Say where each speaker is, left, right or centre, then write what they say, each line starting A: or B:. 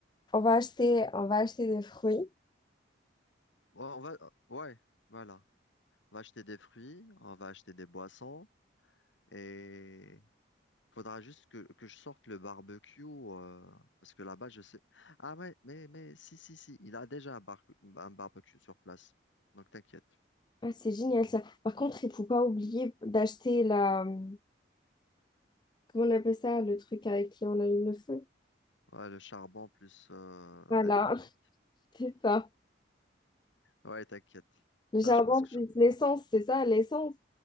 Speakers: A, on the left; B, on the left.
A: on va acheter, on va acheter des fruits.
B: Ouais, on va, ouais, voilà. On va acheter des fruits, on va acheter des boissons et faudra juste que, que je sorte le barbecue euh, parce que là-bas, je sais. Ah, mais, mais, mais, si, si, si, il a déjà un, bar- un barbecue sur place. Donc, t'inquiète.
A: Ah, c'est génial ça. Par contre, il faut pas oublier d'acheter la, hum, Comment on appelle ça, le truc avec qui on allume le feu?
B: Ouais, le charbon plus euh,
A: Voilà,
B: l'allume-vite.
A: <laughs> c'est ça.
B: Ouais, t'inquiète.
A: Le
B: Ça,
A: charbon
B: je pense que
A: plus
B: je-
A: l'essence, c'est ça, l'essence.